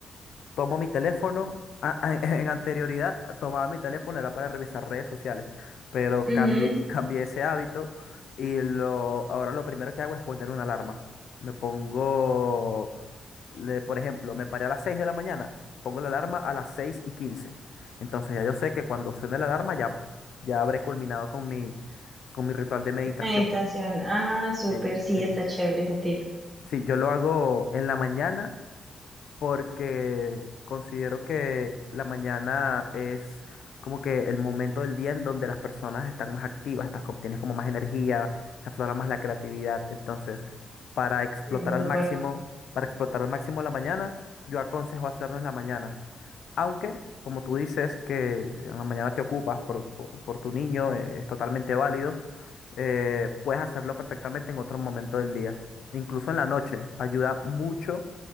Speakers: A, on the left; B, on the right.
A: tomo mi teléfono. a- a- <laughs> En anterioridad tomaba mi teléfono, era para revisar redes sociales, pero
B: Ujú,
A: cambié, cambié ese hábito y lo, ahora lo primero que hago es poner una alarma. Me pongo, le- por ejemplo, me paré a las 6 de la mañana, pongo la alarma a las seis y quince Entonces ya yo sé que cuando suene la alarma ya, ya habré culminado con mi, con mi ritual de meditación.
B: Meditación. Ah, súper,
A: Sí,
B: sí,
A: sí.
B: está chévere ese tip.
A: Sí, yo lo hago en la mañana porque considero que la mañana es como que el momento del día en donde las personas están más activas, estás, co- tienes como más energía, se aflora más la creatividad. Entonces, para explotar
B: Sí, de
A: al
B: acuerdo.
A: máximo, para explotar al máximo la mañana, yo aconsejo hacerlo en las mañanas. Aunque, como tú dices, que en la mañana te ocupas por, por- por tu niño, eh, es totalmente válido, eh, puedes hacerlo perfectamente en otro momento del día. Incluso en la noche, ayuda mucho